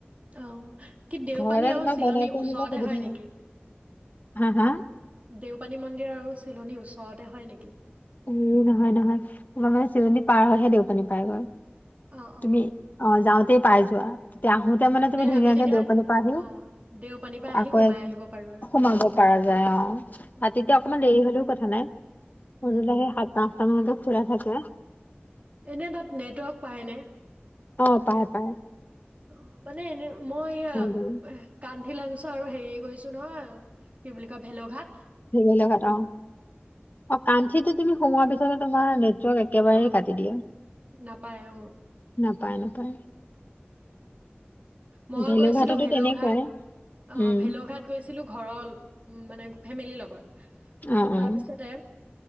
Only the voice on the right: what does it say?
অ' কি দেওপানী
আৰু
চিলনী
ওচৰতে
হয় নেকি?
দেওপানী মন্দিৰ আৰু চিলনী ওচৰতে হয় নেকি?
অঁ
অঁ
আমি তেতিয়া
অঁ
দেওপানীৰ পৰা আহি
সোমাই আহিব পাৰোঁ আৰু
উম
উম
উম উম
এনে তাত নেটৱৰ্ক পায়নে?
অ' মানে এনে মই এয়া
কান্থিলাংছ' আৰু হেৰি গৈছো নহয় কি বুলি কয় ভেলুঘাট
অ
নাপায় অ
মই
গৈছিলো ভেলুঘাট,
অ
ভেলুঘাট গৈছিলো ঘৰৰ <unintelligible> উ মানে ফেমিলিৰ লগত।
তাৰপিছতে